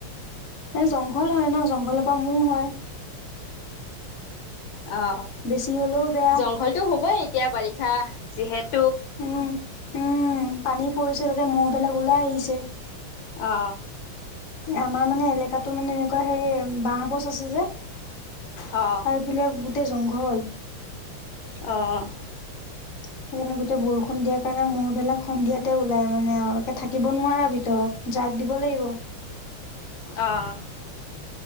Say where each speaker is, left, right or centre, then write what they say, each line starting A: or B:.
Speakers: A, on the left (about 45°); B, on the left (about 70°).
A: এ জংঘল হয় ন জংঘলৰ পৰা মৌ হয়।
B: অ,
A: বেছি হ'লেও বেয়া
B: জংঘলটো হ'বই এতিয়া বাৰিষা যিহেতো।
A: উম, উম পানী পৰিছে তাতে মহবিলাক ওলাই আহিছে।
B: অ।
A: আমাৰ মানে এলেকাতো মানে এনেকুৱা হে বাহ গছ আছে যে। আৰু
B: অ
A: এফালে গোটেই জংঘল।
B: অঁ।
A: সেইকাৰণে গোটেই বৰষুণ দিয়াৰ কাৰণে মৌবেলাক সন্ধিয়াতে ওলাই মানে আৰুে থাকিব নোৱাৰা ভিতৰত। জাক দিব লাগিব।
B: আহঁ।